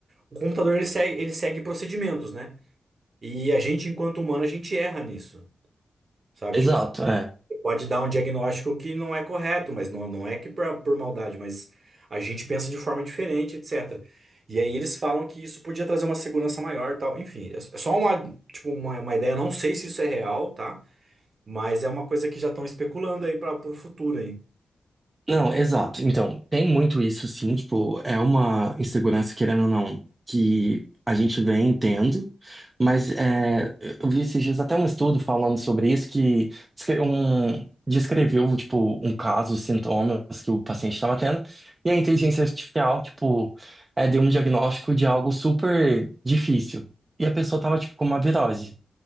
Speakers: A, on the right; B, on the right.
A: o computador ele segue, ele segue procedimentos, né? E a gente, enquanto humano, a gente erra nisso, sabe?
B: Exato,
A: Tipo,
B: é.
A: pode dar um diagnóstico que não é correto, mas não, não é que por, por maldade, mas a gente pensa de forma diferente, etc. E aí eles falam que isso podia trazer uma segurança maior, tal. Enfim, é é só uma, tipo, uma, uma ideia, não sei se isso é real, tá? Mas é uma coisa que já estão especulando aí para o futuro aí.
B: Não, exato. Então, tem muito isso, sim. Tipo, é uma insegurança, querendo ou não, que a gente vem tendo. Mas é, eu vi esses dias até um estudo falando sobre isso que descre- um- descreveu, tipo, um caso, os sintomas que o paciente estava tendo. E a inteligência artificial, tipo, é, deu um diagnóstico de algo super difícil. E a pessoa estava, tipo, com uma virose